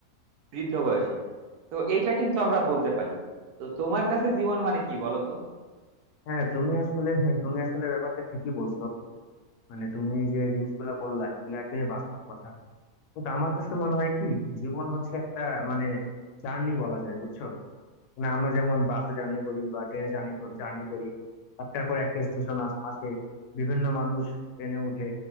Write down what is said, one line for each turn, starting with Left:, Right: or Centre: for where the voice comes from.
Right: বৃদ্ধ বয়সে তো এইটা কিন্তু আমরা বলতে পারি তো তোমার কাছে জীবন মানে কি বলো তো
Left: হ্যাঁ তুমি আসলে হ্যাঁ, তুমি আসলে ব্যাপারটা ঠিকই বলছো মানে তুমি যে জিনিসগুলা বললা এগুলো একদমই বাস্তব কথা কিন্তু আমার কাছে মনে হয় কি জীবন হচ্ছে একটা মানে জার্নি বলা যায় বুঝছো মানে আমরা যেমন বাসে জার্নি করি বা ট্রেনে জার্নি জার্নি করি একটার পর একটা স্টেশন আসে বিভিন্ন মানুষ ট্রেনে উঠে